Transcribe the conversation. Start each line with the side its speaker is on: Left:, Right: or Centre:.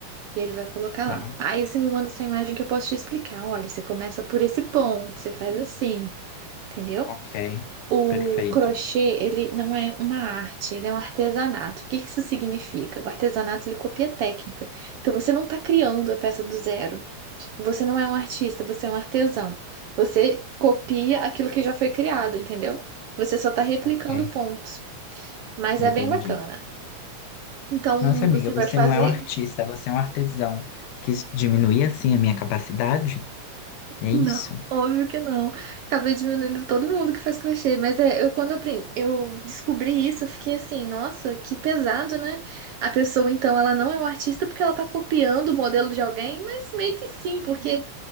Right: E ele vai colocar
Left: tá,
Right: lá. Aí você me manda essa imagem que eu posso te explicar. Olha, você começa por esse ponto, você faz assim, entendeu?
Left: ok,
Right: O
Left: perfeito,
Right: crochê, ele não é uma arte, ele é um artesanato. O que que isso significa? O artesanato, ele copia técnica. Então, você não está criando a peça do zero. Você não é um artista, você é um artesão. Você copia aquilo que já foi criado, entendeu? Você só está replicando
Left: ok,
Right: pontos. Mas
Left: entendi.
Right: é bem bacana. Então,
Left: Nossa, amiga,
Right: você
Left: você
Right: vai fazer.
Left: não é um artista, você é um artesão. Quis diminuir assim a minha capacidade? É
Right: Não,
Left: isso?
Right: óbvio que não. Acabei diminuindo todo mundo que faz crochê, mas é, eu quando eu, apren- eu descobri isso, eu fiquei assim, nossa, que pesado, né? A pessoa, então, ela não é um artista porque ela tá copiando o modelo de alguém, mas meio que sim, porque